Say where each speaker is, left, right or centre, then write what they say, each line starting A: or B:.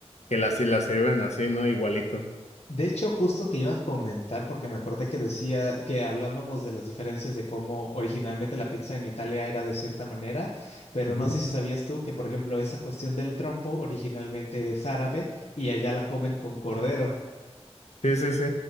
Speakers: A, on the left (about 80°); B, on the left (about 70°).
A: Que la, sí la sirven así, ¿no? Igualito.
B: De hecho, justo te iba a comentar porque me acordé que decía que hablábamos de las diferencias de cómo originalmente la pizza en Italia era de cierta manera, pero
A: Ujú.
B: no sé si sabías tú que, por ejemplo, esa cuestión del trompo originalmente es árabe y allá la comen con cordero.
A: Sí, sí, sí.